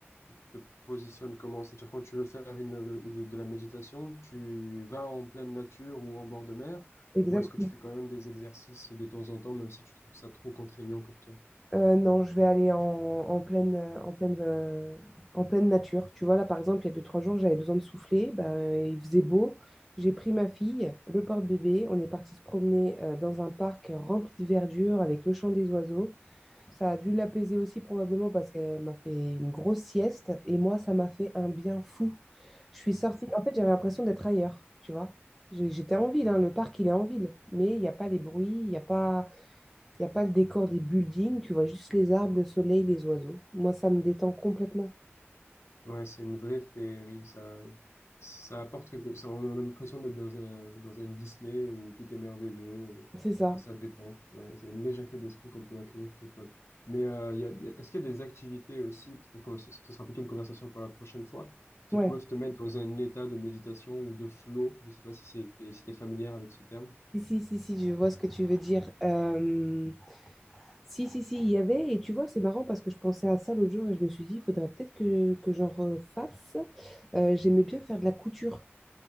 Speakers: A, on the left (about 80°); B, in the centre.
A: tu te positionnes comment? C'est-à-dire, quand tu veux faire une, une- de la méditation, tu vas en pleine nature ou en bord de mer,
B: Exactement.
A: ou est-ce que tu fais quand même des exercices de temps en temps, même si tu trouves ça trop contraignant pour toi?
B: Euh, non, je vais aller en, en pleine, euh, en pleine, euh, en pleine nature. Tu vois, là, par exemple, il y a deux, trois jours, j'avais besoin de souffler. Ben, il faisait beau. J'ai pris ma fille, le porte-bébé. On est parti se promener euh, dans un parc rempli de verdure avec le chant des oiseaux. Ça a dû l'apaiser aussi probablement parce qu'elle m'a fait une grosse sieste et moi, ça m'a fait un bien fou. Je suis sortie, en fait, j'avais l'impression d'être ailleurs, tu vois. J'ai- J'étais en ville, hein, le parc, il est en ville, mais il n'y a pas les bruits, il n'y a pas, il y a pas le décor des buildings, tu vois juste les arbres, le soleil, les oiseaux. Moi, ça me détend complètement.
A: Ouais, c'est une vraie féerie, ça, ça apporte quelque, ça, on a l'impression d'être dans un, dans un Disney où tout est merveilleux
B: C'est ça.
A: et, et ça détend. Ouais, c'est une légèreté d'esprit qu'on peut acquérir qui est folle. Mais euh, il y a, il y a- est-ce qu'il y a des activités aussi, peut-être que ce, ce sera plutôt une conversation pour la prochaine fois, qui
B: Ouais.
A: peuvent te mettre dans un état de méditation ou de flow? Je sais pas si c'est, si t'es familière avec ce terme.
B: Si, si, si, si, je vois ce que tu veux dire. Euh, Si, si, si, il y avait, et tu vois, c'est marrant parce que je pensais à ça l'autre jour et je me suis dit, il faudrait peut-être que, que j'en refasse. Euh, j'aimais bien faire de la couture.